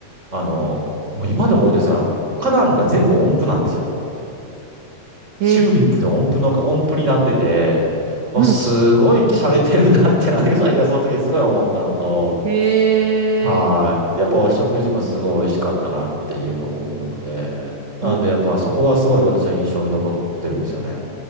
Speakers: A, on the right; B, on the right.
A: あの、もう今でも思うんですが、花壇が全部音符なんですよ。
B: えー、
A: チューリップで音符の、音符になってて、おすごい洒落てるなってなってきたけど、
B: うん。
A: <laughs> その時すごい思ったのと、
B: へえ、
A: はい。やっぱ食事もすごい美味しかったなっていうのも思うので、なんでやっぱそこがすごい私は印象に残ってるんですよね。
B: お、